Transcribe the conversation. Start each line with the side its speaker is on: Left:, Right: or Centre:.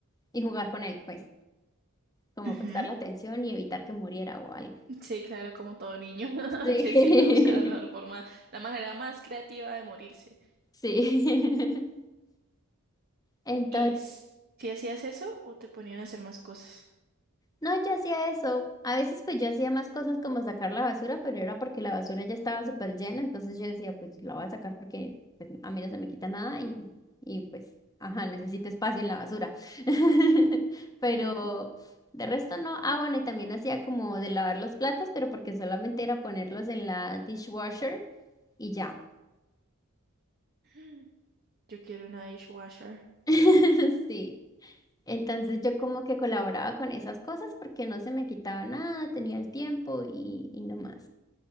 Left: Y jugar con él, pues, como
Right: Ujú.
Left: prestarle atención y evitar que muriera o algo.
Right: Sí, claro, como todo niño <laughs>
Left: Sí.
Right: que siempre busca la mejor
Left: <laughs>
Right: forma, la manera más creativa de morirse.
Left: Sí. <laughs> entonces
Right: ¿Y s- si hacías eso o te ponían a hacer más cosas?
Left: No, yo hacía eso. A veces pues yo hacía más cosas como sacar la basura, pero era porque la basura ya estaba súper llena, entonces yo decía, pues la voy a sacar porque pues, a mí no se me quita nada y, y pues, ajá, necesito espacio en la basura. <laughs> Pero
Right: Ujú.
Left: de resto no. Ah, bueno, y también hacía como de lavar los platos, pero porque solamente era ponerlos en la dishwasher y ya.
Right: <gasps> Yo quiero una dishwasher.
Left: <laughs> Sí. Entonces yo como que colaboraba con esas cosas porque no se me quitaba nada, tenía el tiempo y, y no más.